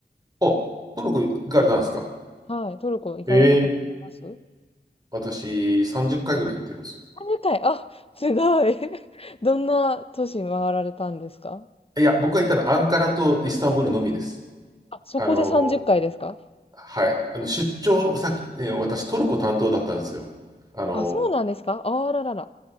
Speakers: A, on the right (about 25°); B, on the left (about 35°).
A: お、トルコ行かれたんですか
B: はい。トルコ行かれたことあります
A: ええ私、30回ぐらい行ってます。
B: あ、回。あ、すごい。<laughs> どんな都市回られたんですか
A: いや、僕が行ったのはアンカラとイスタンブールのみです。
B: うんあ、そこで30回ですか
A: あの、はい。あの、出張先、え私、トルコ担当だったんですよ。あの、
B: あ、そうなんですかあららら。